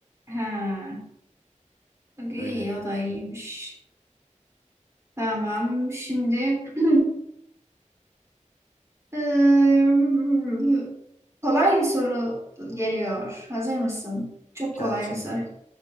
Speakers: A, on the right; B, on the left.
A: Ha. İyi
B: Öyle de.
A: o da iyiymiş. Tamam şimdi <clears throat> eee, kolay bir soru geliyor. Hazır mısın? Çok
B: Gelsin.
A: kolay bir soru.